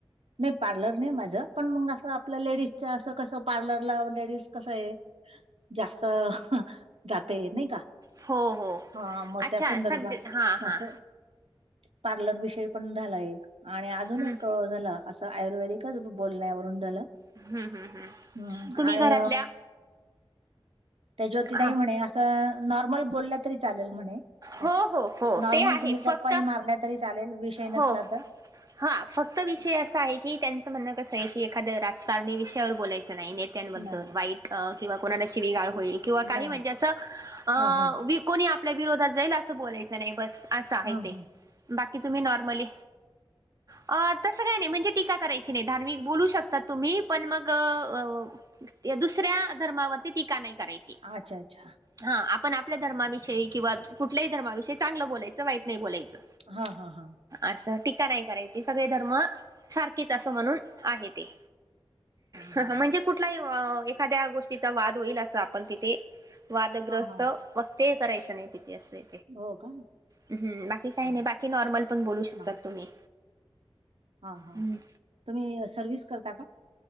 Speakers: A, on the right; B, on the right.
A: नाही पार्लर नाही माझं पण मग असं आपल्या लेडीजच्या असं कसं पार्लरला लेडीज कसं आहे जास्त जाते नाही का
B: हो हो
A: हा मग
B: अच्छा
A: त्या संदर्भात
B: सध्या हां हां
A: असं पार्लर विषयी पण झाला एक आणि अजून
B: हम्म
A: एक झाला असं आयुर्वेदिकच बोलण्यावरून झालं
B: हम्म हम्म हम्म
A: ह्
B: तुम्ही
A: आणि
B: घरातल्या
A: त्या जोति
B: हा
A: तई म्हणे असं नॉर्मल बोलला तरी चालेल म्हणे काय
B: हो हो हो
A: नॉर्मल
B: ते आहे
A: तुम्ही गप्पाही
B: फक्त
A: मारल्या तरी चालेल विषय
B: हो
A: नसला तर
B: हा फक्त विषय कसं आहे की त्यांचं म्हणणं कसं आहे की एखादं राजकारणी विषयावर बोलायचं नाही नेत्यांबद्दल
A: नाही
B: वाईट अ किंवा कोणाला शीविगाळ होईल किंवा काही
A: नाही नाही.
B: म्हणजे असं अ
A: हा हा
B: कोणी आपल्या विरोधात जाईल असं बोलायचं नाही बस असं आहे
A: हम्म
B: ते
A: हम्म
B: बाकी तुम्ही नॉर्मली
A: ह
B: अ तसं काय नाही म्हणजे टीका करायची नाही धार्मिक बोलू शकतात तुम्ही पण मग अ दुसऱ्या धर्मावरती टीका नाही करायची
A: अच्छा अच्छा
B: हा आपण आपल्या धर्माविषयी किंवा कुठल्याही धर्माविषयी चांगलं बोलायचं वाईट नाही बोलायचं
A: हा हा हा
B: असं टीका नाही करायची सगळे धर्म सारखेच अस म्हणून आहे ते
A: हा हा
B: ह म्हणजे कुठलाही एखाद्या गोष्टीचा वाद होईल असं आपण तिथे वादग्रहस्थ
A: हा हा
B: वक्तेय करायचं नाही तिथ असे
A: हो का
B: हम्म बाकी काय
A: हा
B: नाही बाकी नॉर्मल पण बोलू शकतात
A: हा
B: तुम्ही
A: हा हा
B: हम्म.
A: तुम्ही सर्विस करता का